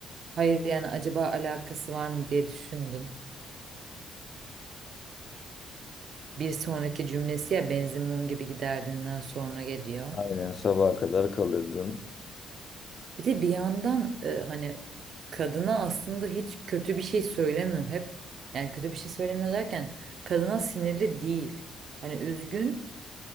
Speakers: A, on the right; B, on the left.
A: Hayır yani acaba alakası var mı diye düşündüm. Bir sonraki cümlesi ya benzin mum gibi giderdinden sonra geliyor.
B: Aynen sabaha kadar kalırdın.
A: Bir de bir yandan e, hani kadına aslında hiç kötü bir şey söylemiyor hep. Yani kötü bir şey söylemiyor derken kadına sinirli değil. Hani üzgün